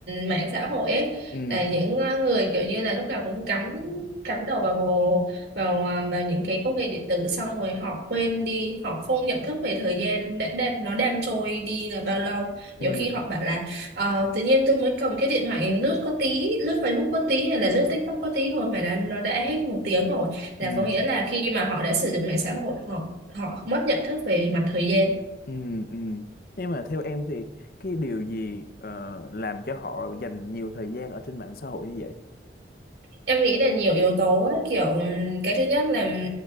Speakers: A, on the right; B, on the left.
A: mạng xã hội ấy
B: ừ
A: là những ờ, người kiểu như là lúc nào cũng cắm cắm đầu vào vào ờ, vào những cái công nghệ điện tử xong rồi họ quên đi họ không nhận thức về thời gian đã, đã, nó đang trôi đi là bao lâu nhiều
B: ừ
A: khi họ bảo là Ờ, tự nhiên tôi mới cầm cái điện thoại lướt có tí lướt Facebook có tí hay là lướt TikTok có tí thôi mà đã, nó đã hết một tiếng rồi là
B: ừ
A: có nghĩa là khi mà họ đã sử dụng mạng xã hội họ họ mất nhận thức về mặt thời gian
B: Ừ, ừ. Nhưng mà theo em thì cái điều gì ờ, làm cho họ dành nhiều thời gian ở trên mạng xã hội như vậy?
A: Em nghĩ là nhiều yếu tố ấy, kiểu ừm, cái thứ nhất là ừm,